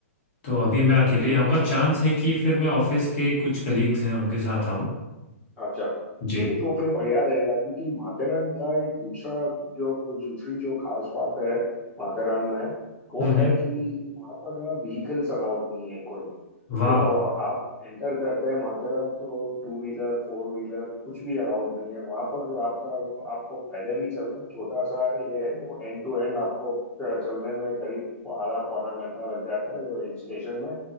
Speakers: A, on the left (about 45°); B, on the left (about 15°).
A: तो अभी मैं अकेले
B: हम्म
A: ही आऊँगा
B: दूस-
A: चांस है कि फिर मैं ऑफिस के कुछ कलीग्स हैं उनके साथ आऊँ
B: अच्छा
A: जी
B: तो ये तो फिर बढ़िया रहेगा क्योंकि माथेरान का एक दूसरा जो दूसरी जो खास बात है माथेरान में वो
A: हम्म
B: है कि वहां पर ना व्हीकल्स अलाउड नहीं है कोई
A: वाह
B: तो आप एंटर करते हैं माथेरान तो टू व्हीलर फोर व्हीलर कुछ भी अलाउड नहीं है वहां पर आपका आपको पैदल ही चलना है छोटा सा ये है वो एंड टू एंड आपको च- चलने में करीब आधा पौना घंटा लग जाता है हिल स्टेशन में